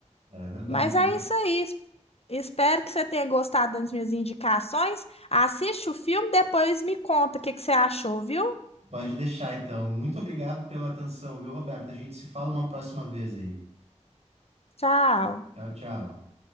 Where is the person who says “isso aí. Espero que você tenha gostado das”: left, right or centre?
Left